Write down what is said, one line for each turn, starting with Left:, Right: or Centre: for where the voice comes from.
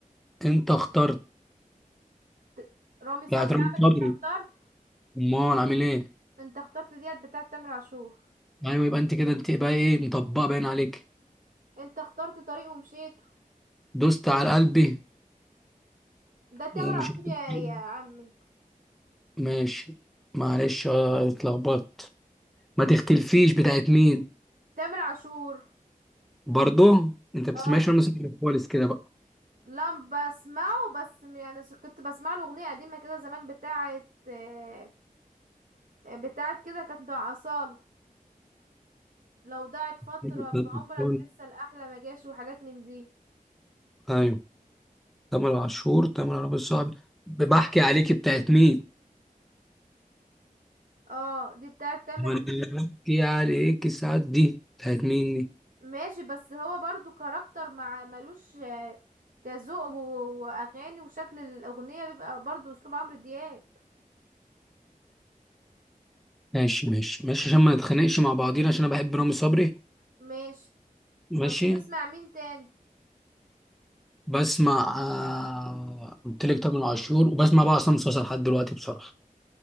Centre: انت اخترت
Right: ت- رامي صبري
Centre: يعني رامي
Right: عمل
Centre: صبري
Right: انت اخترت
Centre: امال عامل ايه
Right: انت اخترت ديت بتاعت تامر عاشور
Centre: ايوه يبقى انت كده انت بقى ايه مطبقه باين عليك
Right: انت اخترت طريق ومشيت
Centre: دوست على قلبي
Right: ده تامر
Centre: ومش
Right: عاشور
Centre: عارف
Right: يا
Centre: إيه.
Right: يا عم انت
Centre: ماشي معلش اه اتلخبطت ما تختلفيش بتاعت مين
Right: تامر عاشور
Centre: برضه انت بتسمعش
Right: اه
Centre: رامي صبري خالص كده بقى
Right: لا بسمعه بس م- يعني س- كنت بسمع له اغنيه قديمه كده زمان بتاعه آه، بتاعت كده كانت مع اصاله لو ضاعت فتره
Centre: <laughs>
Right: في عمرك لسه الاحلى ما جاش وحاجات من دي
Centre: ايوه تامر عاشور تامر عاشور الصعب بحكي عليكي بتاعت مين
Right: اه دي بتاعت تامر
Centre: وانا بحكي عليكي ساعات دي بتاعت مين دي
Right: ماشي بس هو برضو كاركتر مع ملوش آه، كذوق و- واغاني وشكل الاغنيه بيبقى برضو اسلوب عمرو دياب
Centre: ماشي ماشي ماشي عشان ما نتخانقش مع بعضينا عشان انا بحب رامي صبري
Right: ماشي
Centre: ماشي
Right: طب بتسمع مين تاني
Centre: بسمع آه، قلت لك تامر عاشور وبسمع بقى عصام صاصا لحد دلوقتي بصراحه